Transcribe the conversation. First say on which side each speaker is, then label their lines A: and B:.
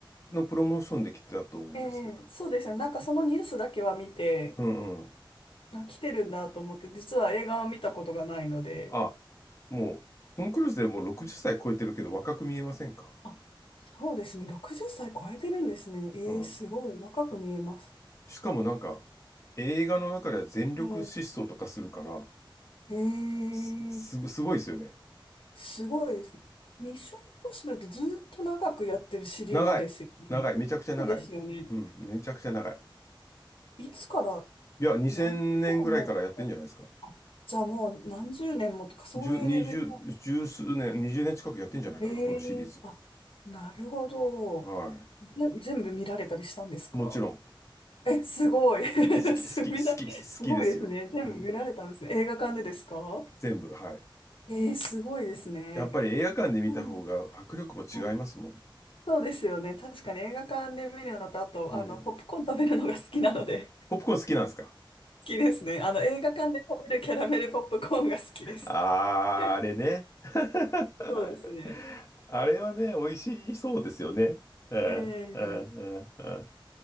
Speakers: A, on the left; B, on the left.
A: のプロモーションで来てたと思うんですけど。
B: ええ、そうですよね。なんかそのニュースだけは見て、
A: うんうん。
B: あ、来てるんだと思って、実は映画は見たことがないので、
A: あ、もう、トム・クルーズでもう60歳超えてるけど若く見えませんか
B: あ、そうですね。60歳超えてるんですね。ええ、
A: うん。
B: すごい。若く見えます。
A: しかもなんか、映画の中では全力疾走とかするから、
B: ええ、え
A: す、す、
B: え、
A: すごいですよね。
B: すごいですね。ミッションインポッシブルってずっと長くやってるシリーズですよね。
A: 長い。長い。めちゃくちゃ長い。
B: そうですよね。
A: うん。めちゃくちゃ長い。
B: いつから、
A: いや、2000年ぐらいからやってんじゃないですか。
B: 何年くらい前から。あ、じゃあもう何十年もとか、そういうレベル
A: 十、二十、十数年、20年近くやってんじゃないかな、
B: ええあ、
A: このシリーズ
B: なるほど。
A: は。は
B: ぜ全部見られたりしたんですか
A: い。もちろん、好
B: え、すごい。<laughs>
A: き、
B: すみだすごいですね。
A: 好き、好き、好きですよ。
B: 全部見られたんですね。
A: うん。
B: 映画館でですか
A: 全部、はい。
B: えー、すごいですね。
A: やっぱり映画館で見た方が迫力も違いますもん。
B: うんあそうですよね。確かに映画館で見るのと、あと、
A: うん。
B: あの、ポップコーン食べるのが好きなので、
A: ポップコーン好きなんですか
B: <laughs> 好きですね。あの、映画館で食べるキャラメルポップコーンが好きです。
A: あー、
B: <laughs>
A: あれね。<laughs>
B: そうですね。
A: あれはね、美味しそうですよね。うん、
B: えー
A: うん、うん、うん。